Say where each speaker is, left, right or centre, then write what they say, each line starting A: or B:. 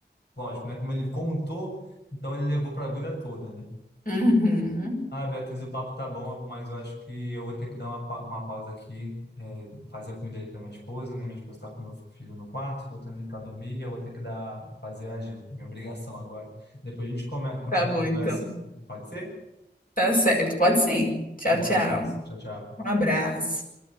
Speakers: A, on the left; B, on the left.
A: lógico, né? Como ele contou, então ele levou para a vida toda, né?
B: Uhum.
A: Ah, Beatriz, o papo tá bom, mas eu acho que eu vou ter que dar uma, pa- uma pausa aqui, é, fazer a comida ali para minha esposa, né? Minha esposa tá com meu filho no quarto, tô tendo ele para dormir e eu vou ter que dar, fazer a janta, minha obrigação agora. Depois a gente come, continua
B: Tá bom,
A: a conversa,
B: então.
A: pode ser?
B: Tá certo. Pode sim. Tchau,
A: Um
B: tchau.
A: abraço, tchau, tchau.
B: Um abraço.